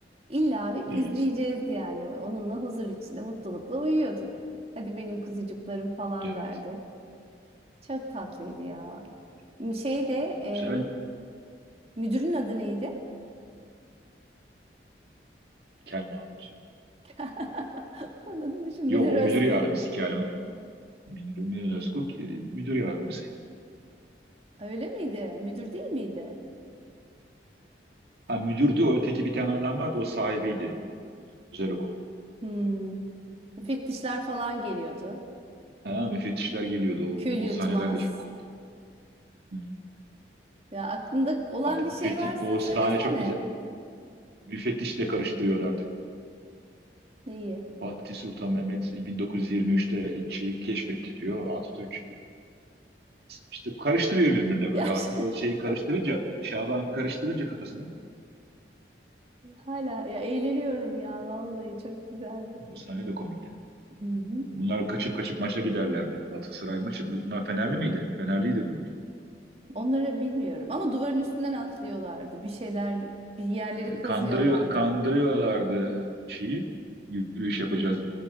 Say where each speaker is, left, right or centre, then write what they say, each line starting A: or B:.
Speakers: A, on the right; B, on the right.
A: İlla bir izleyeceğiz
B: Evet.
A: yani. Onunla huzur içinde mutlulukla uyuyorduk. Hadi benim kuzucuklarım falan
B: Evet.
A: derdi. Çok tatlıydı ya. Şey de e,
B: Güzel
A: müdürün adı neydi?
B: Kel Mahmut.
A: <laughs> Anladım şimdi
B: Yok
A: Münir
B: o
A: Özkul.
B: müdür yardımcısı Kel Mahmut. Münir Münir Özkul e, müdür yardımcısıydı.
A: Öyle miydi? Müdür değil miydi?
B: Ha müdürdü o öteki bir tane adam vardı o sahibiydi. O, güzel okul.
A: Hmm. Müfettişler falan geliyordu.
B: Ha müfettişler geliyordu. O,
A: Kül
B: o
A: yutmaz.
B: sahneler de çok komik. Hı.
A: Ya aklında olan
B: Artık
A: bir şey
B: müfettiş,
A: varsa
B: o
A: söylesene.
B: sahne çok güzel. Müfettiş de karıştırıyordu artık.
A: Neyi?
B: Fatih Sultan Mehmet 1923'te şeyi keşfetti diyor. Atatürk işte karıştırıyor birbirine
A: Gerçi
B: böyle artık o şeyi
A: <laughs>
B: karıştırınca Şaban karıştırınca kafasını
A: hala ya eğleniyorum ya vallahi çok güzeldi.
B: bu sahne de komikti.
A: Hı hı.
B: Bunlar kaçıp kaçıp maça giderlerdi. Galatasaray maçı. Bunlar Fenerli miydi? Fenerliydi bunlar.
A: Onları bilmiyorum ama duvarın üstünden atlıyorlardı. Bir şeyler bir yerleri
B: E,
A: kazıyorlardı.
B: Kandırıyor, kandırıyorlardı şeyi yürüyüş yapacağız